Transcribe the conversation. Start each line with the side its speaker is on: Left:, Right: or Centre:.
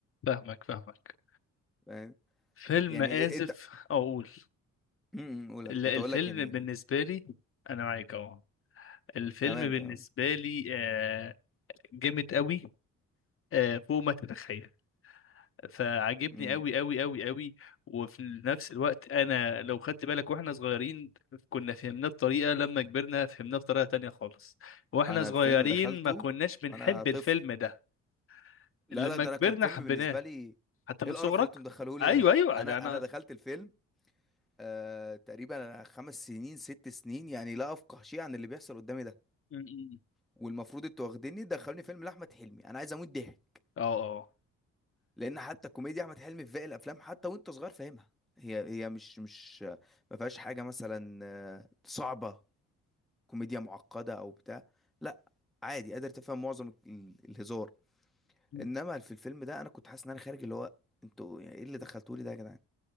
Left: فاهمك فاهمك
Centre: فاهم
Left: فيلم
Centre: يعني
Left: آسف
Centre: انت
Left: أقول
Centre: امم، قولها
Left: لا
Centre: كنت
Left: الفيلم
Centre: اقول لك يعني
Left: بالنسبة لي أنا معاك أهو الفيلم
Centre: تمام
Left: بالنسبة
Centre: تمام
Left: لي آه، جامد قوي آه، فوق ما تتخيل فعجبني
Centre: امم،
Left: قوي قوي قوي قوي وفي نفس الوقت أنا لو خدت بالك وإحنا صغيرين كنا فهمناه بطريقة لما كبرنا فهمناه بطريقة تانية خالص وإحنا
Centre: انا
Left: صغيرين
Centre: الفيلم دخلته
Left: ما كناش بنحب
Centre: وانا طفل
Left: الفيلم ده
Centre: لا
Left: لما
Centre: لا ده
Left: كبرنا
Centre: انا كان فيلم
Left: حبيناه
Centre: بالنسبة لي
Left: حتى
Centre: ايه
Left: من
Centre: القرف
Left: صغرك
Centre: اللي انتم مدخلوه لي
Left: ايوه
Centre: ده
Left: ايوه
Centre: انا
Left: ده انا
Centre: انا دخلت الفيلم آه تقريبا خمس سنين ست سنين يعني لا افقه شيء عن اللي بيحصل قدامي ده
Left: م- م.
Centre: والمفروض انتوا واخديني دخلوني فيلم لاحمد حلمي انا عايز اموت ضحك
Left: اه اه
Centre: لان حتى كوميديا احمد حلمي في باقي الافلام حتى وانت صغير فاهمها هي هي مش مش ما فيهاش حاجه مثلا آه، صعبه كوميديا معقده او بتاع لا عادي قادر تفهم معظم ال- الهزار
Left: م.
Centre: انما في الفيلم ده انا كنت حاسس ان انا خارج اللي هو انتوا يعني ايه اللي دخلتولي ده يا جدعان